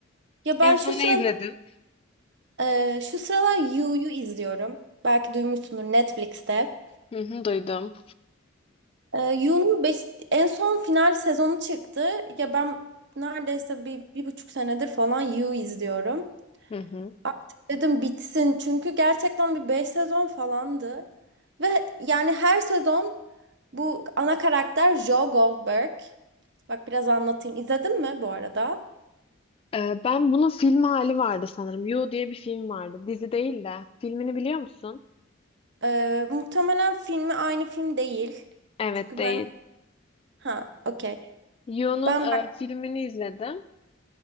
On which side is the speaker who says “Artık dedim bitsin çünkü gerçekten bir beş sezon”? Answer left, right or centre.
Right